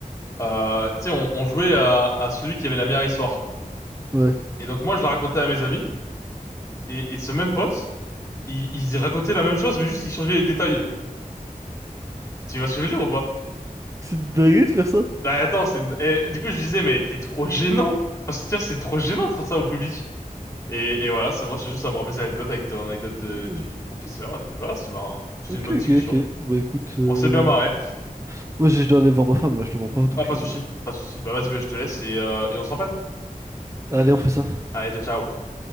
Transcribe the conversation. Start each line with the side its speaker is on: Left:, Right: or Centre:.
Left: euh, tu sais, on, on jouait à, à celui qui avait la meilleure histoire.
Right: Ouais.
Left: Et donc, moi, je la racontais à mes amis, et, et ce même pote, il, il racontait la même chose, mais juste, il changeait les détails. Tu vois ce que je veux dire ou pas?
Right: C'est une dinguerie de faire ça?
Left: Bah attends, c'est une- eh, du coup je disais mais t'es trop gênant. Enfin, c'est tu vois, c'est trop gênant de faire ça au public. Et, et voilà, ça, moi c'est juste à me rappeler cette anecdote avec ton anecdote de-
Right: Hmm.
Left: du, du professeur. Et puis voilà, c'est ben, c'est
Right: Ok,
Left: une bonne discussion.
Right: ok, ok. Bah écoute, euh,
Left: On s'est bien marré.
Right: moi je je dois aller voir ma femme là, je te mens pas, donc
Left: Ah pas
Right: euh,
Left: de souci, pas de souci. Bah vas-y, bah, je te laisse et, euh, et on se rappelle.
Right: allez, on fait ça.
Left: Allez, ciao ciao.